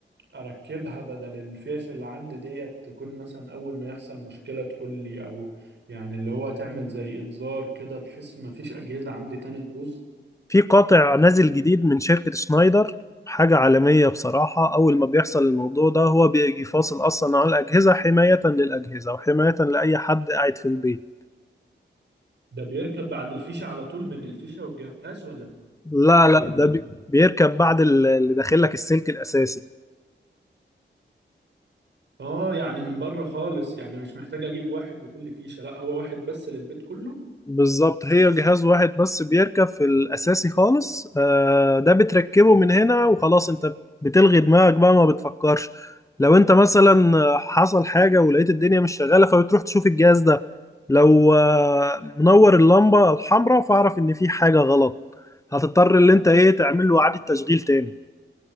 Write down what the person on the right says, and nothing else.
اركبها بدل الفيش اللي عندي ديت تكون مثلا اول ما يحصل مشكلة تقول لي او يعني اللي هو تعمل زي انذار كده بحيث ما فيش اجهزة عندي تاني تبوظ
ده بيركب بعد الفيشة على طول بين الفيشة والجهاز ولا
بيركب فين
ده
اه يعني من بره خالص يعني مش محتاج اجيب واحد لكل فيشة لا هو واحد بس للبيت كله